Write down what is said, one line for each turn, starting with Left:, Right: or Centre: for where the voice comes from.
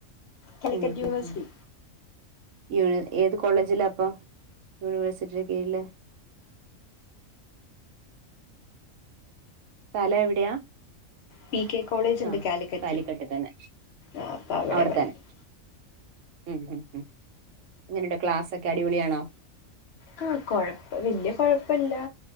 Left: കാലിക്കറ്റ്
Right: ഉം
Left: യൂണിവേഴ്സിറ്റി
Right: ഉം യൂണിവേഴ്സിറ്റി ഏത് കോ കോളേജില അപ്പ യൂണിവേഴ്സിറ്റി കീഴില് സ്ഥലം എവിടെയാ
Left: പി കെ കോളേജ് ഉണ്ട്
Right: ആഹ
Left: കാലിക്കറ്റ്
Right: കാലിക്കട്ട് തന്നെ
Left: ആ അപ്പം അവിടെ
Right: അവിടെത്തന്നെ
Left: പഠിക്കും
Right: ഉം ഉം ക്ലാസ് ഒക്കെ അടിപൊളിയാണോ
Left: ആഹ കൊഴപ്പം വല്യ കൊഴപ്പല്ല